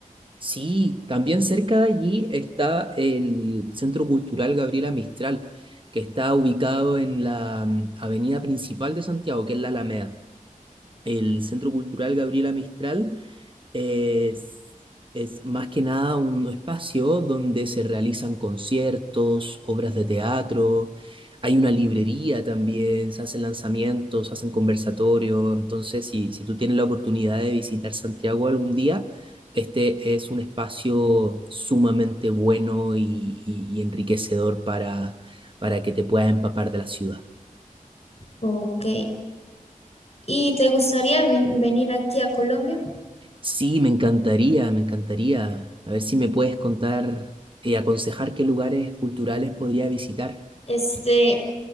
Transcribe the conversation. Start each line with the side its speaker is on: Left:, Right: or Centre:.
Right: Sí, también cerca de allí está el Centro Cultural Gabriela Mistral, que está ubicado en la mm, avenida principal de Santiago, que es la Alameda. El Centro Cultural Gabriela Mistral es, es más que nada un espacio donde se realizan conciertos, obras de teatro, hay una librería también, se hacen lanzamientos, se hacen conversatorios. Entonces, si, si tú tienes la oportunidad de visitar Santiago algún día, este es un espacio sumamente bueno y, y- y enriquecedor para, para que te puedas empapar de la ciudad.
Left: Ok. ¿Y te gustaría vin- venir aquí a Colombia?
Right: Sí, me encantaría, me encantaría. A ver si me puedes contar y aconsejar qué lugares culturales podría visitar.
Left: Este,